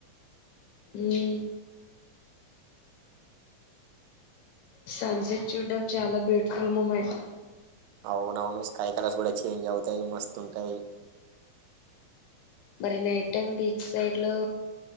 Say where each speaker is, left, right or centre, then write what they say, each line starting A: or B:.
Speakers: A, on the left; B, on the right.
A: ఊమ్ సన్ సెంట్ చూడ్డం చాలా బ్యూటిఫుల్ ముమెంట్
B: అవునవును స్కై కలర్స్ గూడ చేంజ్ అవుతాయి మస్తు ఉంటాయి
A: మరి నైట్ టైమ్ బీచ్ సైడ్ లో